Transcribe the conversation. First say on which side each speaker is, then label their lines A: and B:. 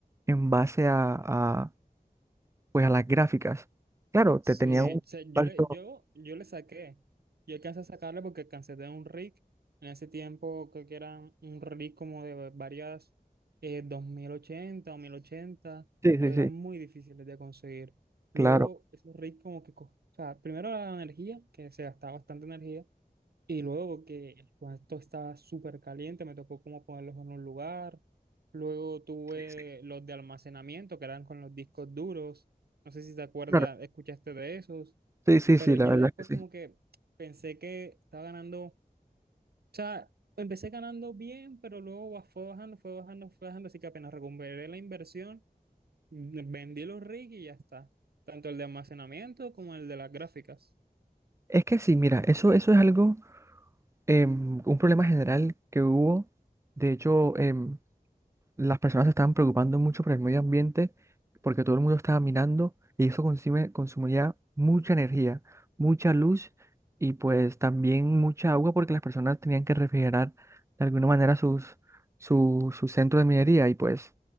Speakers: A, on the right (about 15°); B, on the right (about 75°).
A: en base a, a, pues, a las gráficas. Claro,
B: Sí,
A: te tenía un
B: o sea, yo
A: impacto,
B: le, yo, yo le saqué. Yo alcancé a sacarle porque cansé de un rig. En ese tiempo creo que era un rig como de varias eh, 2080 o 1080,
A: sí, sí,
B: pero eran
A: sí,
B: muy difíciles de conseguir.
A: claro
B: Luego, esos rigs como que, co- o sea, primero la energía, que se gastaba bastante energía, y luego que el cuarto estaba súper caliente, me tocó como ponerlos en un lugar. Luego tuve
A: Sí,
B: los de almacenamiento, que eran con los discos duros. No sé si te acuerdas,
A: claro.
B: escuchaste de esos.
A: sí, sí,
B: Pero
A: sí, la
B: ya
A: verdad
B: después
A: es que
B: como
A: sí.
B: que pensé que estaba ganando. O sea, empecé ganando bien, pero luego ba- fue bajando, fue bajando, fue bajando. Así que apenas recuperé la inversión, mm, vendí los rigs y ya está. Tanto el de almacenamiento como el de las gráficas.
A: Es que sí, mira, eso, eso es algo, em, un problema general que hubo. De hecho, em, las personas se estaban preocupando mucho por el medio ambiente porque todo el mundo estaba minando y eso consume, consumía mucha energía, mucha luz y pues también mucha agua porque las personas tenían que refrigerar de alguna manera sus, su, su centro de minería y pues